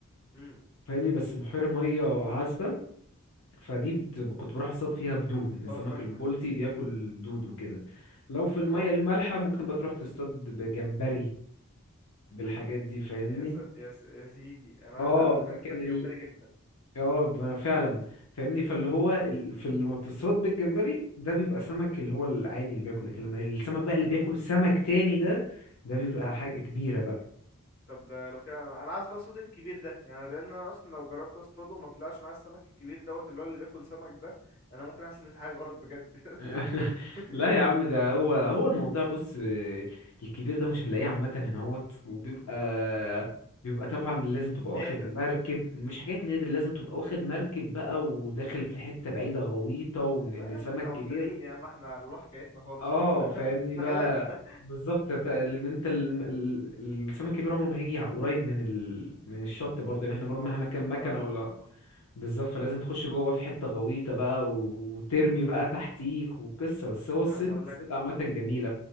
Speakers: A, on the left; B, on the left.
A: امم
B: فاهمني بس بحيرة مية عذبة فدي بت- كنت بروح اصطاد فيها بدود ان السمك
A: اه فاهمك
B: البلطي
A: اه
B: بياكل دود وكده لو في المية
A: اه
B: المالحة ممكن بتروح تصطاد بجمبري بالحاجات دي فاهمني
A: يا س... يا س... يا سيدي انا
B: اه
A: على فكره
B: لكن
A: بحب الجمبري جدا
B: اه ما فعلا فاهمني فاللي هو ال- في لما بتصطاد بالجمبري ده بيبقى سمك اللي هو العادي اللي بياكل لكن لما السمك بقى اللي
A: امم
B: بياكل سمك تاني ده ده بيبقى
A: امم
B: حاجة كبيرة بقى
A: طب ده لو كده انا أنا عايز بقى الصوت الكبير ده يعني لان انا اصلا لو جربت اصطاده وما طلعش معايا السمك الكبير دوت اللي هو اللي بياكل سمك ده انا ممكن احس ان في حاجه غلط بجد
B: <laughs>
A: <laughs>
B: لا يا عم ده هو هو الموضوع بص آه، الكبير ده مش هنلاقيه عامة هنا هوت وبيبقى
A: مم.
B: بيبقى طبعا لازم تبقى
A: نادر
B: واخد مركب مش حاجات نادر لازم تبقى واخد مركب بقى وداخل في حتة بعيدة غويطة وان
A: لا
B: إن
A: يا
B: سمك
A: عم احنا مبتدئين
B: كبير
A: يا عم احنا على الله حكايتنا خالص
B: اه
A: ما. <laughs>
B: فاهمني
A: احنا
B: بقى
A: غلابه
B: بالظبط ت- ان انت ال- ال- السمك الكبير عمره ما هيجي قريب من ال... من الشط
A: مم.
B: برضه يعني احنا برضه
A: اه
B: مهما
A: مش
B: كان
A: هيطلع
B: مكنه
A: لبره
B: ولا
A: صح
B: بالظبط فلازم تخش جوه في حته غويطه بقى وترمي
A: امم
B: بقى تحتيك وقصه بس هو
A: عايز
B: الصيد
A: اقول
B: الصيد
A: لك
B: عامه جميل